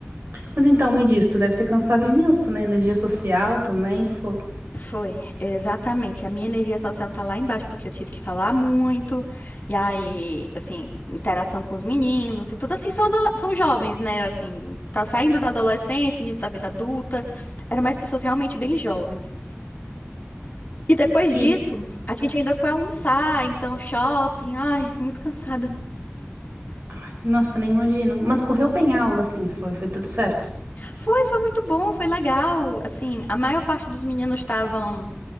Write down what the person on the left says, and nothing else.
Foi, exatamente. A minha energia social tá lá embaixo, porque eu tive que falar muito, e aí, assim, interação com os meninos e tudo assim, são, adole- são jovens, né? Assim, tá saindo da adolescência, início da vida adulta. Eram mais pessoas realmente bem jovens. E depois
disso, a gente ainda foi almoçar, então shopping. Ai, muito cansada.
Foi, foi muito bom, foi legal. Assim, a maior parte dos meninos estavam.